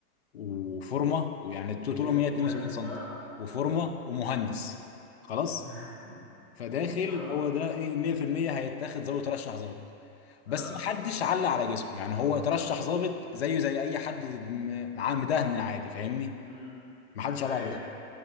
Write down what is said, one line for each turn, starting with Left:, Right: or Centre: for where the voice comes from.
Left: وفورمه
Centre: مم.
Left: ويعني طوله
Centre: جسمه
Left: 172
Centre: مقسم
Left: سم
Centre: بقى
Left: وفورمه ومهندس
Centre: امم
Left: خلاص
Centre: <laughs>
Left: فداخل
Centre: اه
Left: هو ده ايه 100% هيتاخد ضابط ترشح ضابط
Centre: اه
Left: بس ما حدش علق على جسمه يعني هو ترشح ضابط زيه زي اي حد م- معاه مدهن عادي فاهمني
Centre: امم
Left: ما حدش علق
Centre: ايوه
Left: على